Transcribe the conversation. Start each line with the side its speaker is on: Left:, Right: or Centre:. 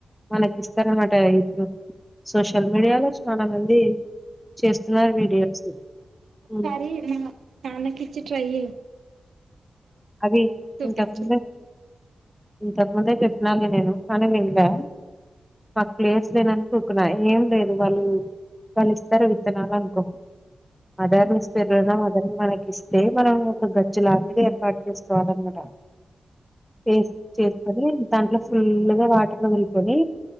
Centre: మనకి ఇస్తారన్నట ఇప్పుడు సోషల్ మీడియాలో చాలా మంది చేస్తున్నారు వీడియోస్ హ్మ్.
Right: సారి నన క ఇచ్చి ట్రై చే
Centre: అదే
Right: చూపించు
Centre: ఇంతప్పు ఇంత ముందే చెప్పినాల నేను కానీ వింకా ఆ ప్లేస్ లేనను చూకున్నా ఏం లేదు వాళ్ళు వాళ్ళు ఇస్తారో విత్తనాలు అనుకో అదర్ పెరుదం అదన్ని మనకి ఇస్తే మనం ఒక గచ్చు లాగా స్ార్ట్ చేసుకోవాలిన్నమాట చేస్ చేసుకొని దాంట్లో ఫుల్ గా వాటర్ వదులు కొని